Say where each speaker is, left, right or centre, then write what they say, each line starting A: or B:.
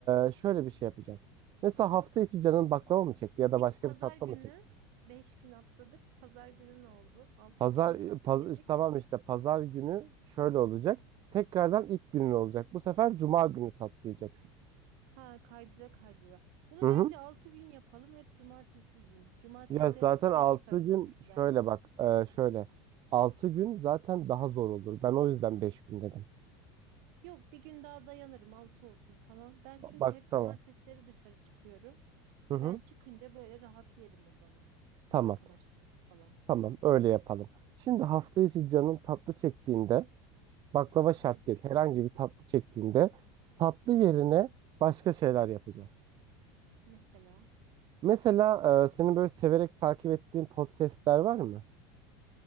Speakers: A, on the right (about 35°); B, on the right (about 65°).
A: e, şöyle bir şey yapacağız. Mesela hafta içi canın baklava mı çekti ya da
B: Peki
A: başka
B: pazar
A: bir tatlı
B: günü
A: mı çekti?
B: 5 gün atladık. Pazar günü ne oldu? Altıncı
A: Pazar,
B: gün tatlı
A: paz-
B: yedik.
A: işte tamam işte pazar günü şöyle olacak. Tekrardan ilk günün olacak. Bu sefer cuma günü tatlayacaksın.
B: Ha kaydıra kaydıra. Bunu
A: Hı hı.
B: bence 6 gün yapalım. Hep cumartesi yiyeyim. Cumartesi
A: Ya zaten
B: hep dışarı
A: 6
B: çıkarım
A: gün
B: çünkü
A: şöyle
B: ben.
A: bak e, şöyle 6 gün zaten daha zor olur. Ben o yüzden 5 gün dedim.
B: Yok bir gün daha dayanırım 6 olsun tamam. Ben çünkü
A: Bak
B: hep
A: tamam.
B: cumartesileri dışarı çıkıyorum.
A: Hı hı.
B: Yani çıkınca böyle rahat yerim o zaman.
A: Tamam.
B: Arkadaşlarım falan.
A: Tamam öyle yapalım. Şimdi hafta içi canın tatlı çektiğinde Baklava şart
B: Hı.
A: değil. Herhangi bir tatlı çektiğinde tatlı yerine başka şeyler yapacağız.
B: Mesela
A: Mesela e, senin böyle severek takip ettiğin podcastler var mı?